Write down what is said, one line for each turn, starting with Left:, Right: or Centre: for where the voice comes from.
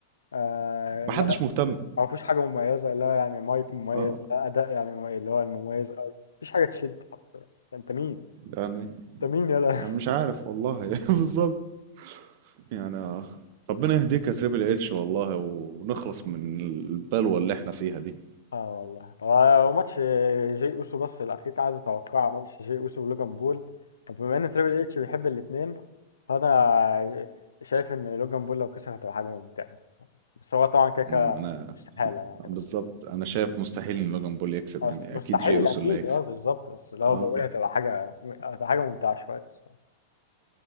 Left: آه
Right: محدش
Left: لا
Right: مهتم
Left: مفيش حاجه مميزه لا يعني مايك مميز
Right: اه
Left: لا اداء يعني مميز اللي هو المميز أوي مفيش حاجه تشد حرفيا انت مين
Right: يعني
Left: انت مين يلا
Right: يعني
Left: <laughs>
Right: مش عارف والله <laughs> بالظبط يعني آه. ربنا يهديك يا تريبل اتش والله ونخلص من البلوة اللي احنا فيها دي
Left: اه والله هو ماتش جي اوسو بس الاخير كان عايز اتوقع ماتش جي اوسو ولوجان بول طب بما ان تريبل اتش بيحب الاثنين فانا شايف ان لوجان بول لو كسب هتبقى حاجه ممتعه بس هو طبعا كده كده
Right: مم، انا
Left: استحالة يعني
Right: بالظبط
Left: بس
Right: انا شايف مستحيل ان لوجان بول يكسب
Left: أص-
Right: يعني
Left: مستحيل
Right: اكيد جي اوسو
Left: أكيد
Right: اللي هيكسب
Left: أه بالظبط بس لو
Right: اه
Left: بقولها تبقى حاجة هتبقى حاجة ممتعة شوية الصراحة.